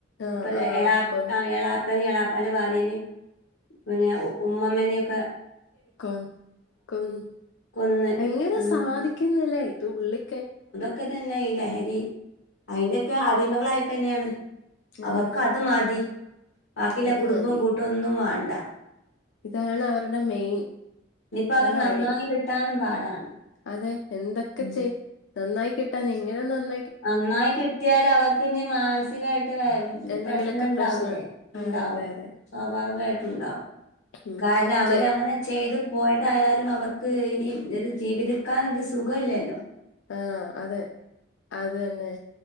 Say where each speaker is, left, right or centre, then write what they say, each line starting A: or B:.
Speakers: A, on the left; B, on the left.
A: ആഹ്
B: ഉപ്പനേ
A: ആഹ്
B: എളാ
A: കൊന്ന്
B: ആ എളാപ്പനെയും എളാപ്പന്റെ ഭാര്യനെയും പിന്നെ ഉമ്മമ്മേനൊക്കെ
A: കൊന് കൊന്
B: കൊന്ന്
A: എങ്ങനെ
B: ഉം
A: സാധിക്കുന്നില്ലേ ഇത് ഉള്ളിക്കെ
B: ഒക്കെ തന്നായില്ലേ ശരി അതിന്റെ ഒക്കെ അടിമകളായിട്ട് തന്നെയാണ്
A: ആ,
B: അവർക്ക്
A: അതെ
B: അത് മതി ബാക്കിയുള്ള
A: അത്
B: കുടുംബവും
A: മതി
B: കൂട്ടും ഒന്നും വാം
A: ഇതാണ് അവരുടെ മെയിൻ
B: ഇനിയിപ്പോ അവര്
A: അങ്ങ്
B: നന്നായി
A: അടി
B: കിട്ടാനും പാടാണ്
A: അതെ എന്തൊക്കെ
B: മ്
A: ചെയ് നന്നായി കിട്ടാൻ എങ്ങനെ നന്ന
B: നന്നായി കിട്ടിയാലേ അവർക്ക് ഇനി മാനസികയായിട്ട് വേറെന്തു
A: എന്തെങ്കിലൊക്കെ
B: പ്രശ്നം ഉണ്ടാവൂലേ
A: പ്രശ്നണ്ട് ആഹ്
B: ഉണ്ടാവും
A: അതെ അതെ
B: സ്വാഭാവികമായിട്ട് ഉണ്ടാവും
A: ഉം
B: കാരണം അവര്
A: ചെ
B: അങ്ങനെ ചെയ്ത് പോയതാ എതായാലും അവർക്ക് ഇനി ഒരു ജീവതിക്കാൻ ഒരു സുഖം ഇല്ലല്ലോ
A: ആഹ അതെ അത് തന്നെ